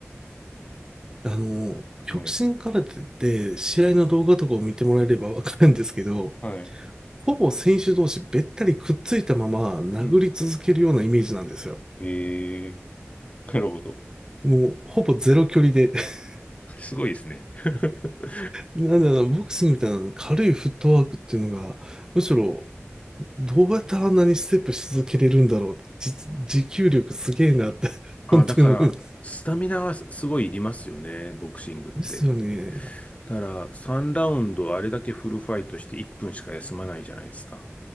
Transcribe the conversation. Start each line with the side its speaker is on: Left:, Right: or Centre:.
Right: あの、極真空手って試合の動画とかを見てもらえればわかるんですけど、
Left: はい、はい。
Right: ほぼ選手同士べったりくっついたまま殴り続けるようなイメージなんですよ。
Left: うん。へえ、なるほど。
Right: もうほぼゼロ距離で。<laughs>
Left: すごいですね。<laughs>
Right: なんだろうな、ボクシングみたいなの軽いフットワークっていうのが、むしろどうやったらあんなにステップし続けれるんだろうじ持久力すげえなって、<laughs>
Left: あ、
Right: 本当に思うんです
Left: だから、スタミナはすごいいりますよね、ボクシングって。
Right: ですよね。
Left: だから3ラウンドあれだけフルファイトして1分しか休まないじゃないですか。